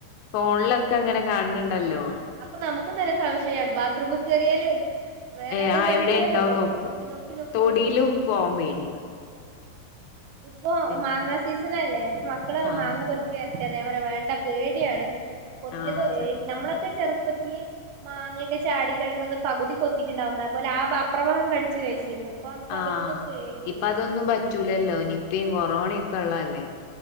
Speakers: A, on the left; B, on the right.
A: ഫോൺ ലൊക്കെ ലെങ്ങനെ കണ്ഉണ്ടല്ലോ
B: ആഹ് അപ്പൊ നമുക്കും സംശയമാ ബാത് റൂംക്ക് കേറിയാലും വേറെ
A: ഏ
B: എവിടേലും
A: ആഹ്
B: ഇറങ്ങിയാലും
A: എവിടെ ഉണ്ടോ
B: ഒക്കെ
A: നോക്കും
B: നോക്കി നോക്കി നോക്കി
A: തൊടിയിലും
B: നോക്കി നടക്കും
A: പോവാൻ പേടിയാ
B: ഇപ്പോ
A: പിന്നെ
B: മാങ്ങാ സീസ്- ഇതിനല്ലേ മക്കളരു
A: ആഹ്
B: മാങ്ങ പെർക്കിയായിരുന്നു ചെറിയ പറ വേണ്ട പേടിയാണ് കൊത്തിയത്
A: ആഹ് സ
B: നമ്മളൊക്കെ ചെറുപ്പത്തില് മാങ്ങയൊക്കെ ചാടികിക്കണ പകുതി കൊത്തിട്ടുണ്ടാവുന്ന അതുപോലെ ആ അപ്രവാഹം കടിച്ച് കഴിച്ചിരുന്നു അപ്പൊ നമുക്ക്
A: ആ
B: അതൊക്കെ പേടിയല്ലേ
A: ഇപ്പ അതൊന്നും പറ്റൂലല്ലോ നിപ്പിം കൊറോണൊക്കെ ഉള്ളല്ലേ